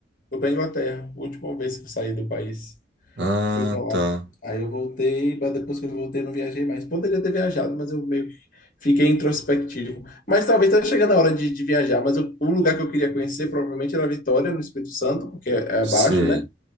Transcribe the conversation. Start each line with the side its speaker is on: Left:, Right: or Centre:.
Left: Fui para Inglaterra, última vez que eu saí do país.
Right: Ah,
Left: Fui pra lá.
Right: tá.
Left: Aí eu voltei, mas depois que eu voltei, eu não viajei mais. Poderia ter viajado, mas eu meio que fiquei introspectivo. Mas talvez tá chegando a hora de, de viajar. Mas eu- o lugar que eu queria conhecer provavelmente era Vitória, no Espírito Santo, porque é é
Right: Sei.
Left: abaixo, né?